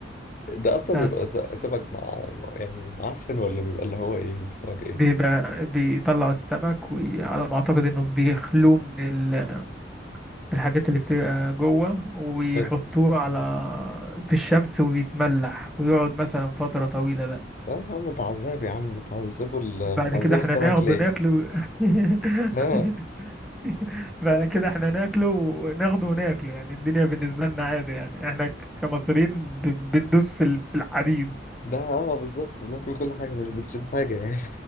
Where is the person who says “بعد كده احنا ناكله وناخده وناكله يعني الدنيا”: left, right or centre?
Centre